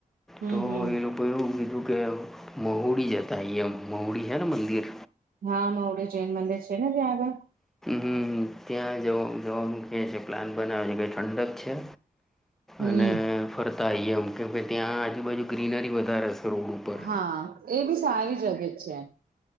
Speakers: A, on the right (about 75°); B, in the centre.
A: હમ
B: <inaudible> તો
A: હમ
B: એ લોકો એવું કીધું કે મહુડી જતા આઈયે એમ મહુડી છે ને મંદિર
A: હા મહુડી જૈન મંદિર છે ને ત્યાં આગળ
B: હ ત્યાં જ જવાનું કે છે પ્લાન બનાવે છે કે ઠંડક છે
A: હમ
B: અને ફર એમ કેમ ભાઈ ત્યાં આજુબાજુ ગ્રીનરી વધારે હશે રોડ ઉપર
A: હા એ બી સારી જગ્યા છે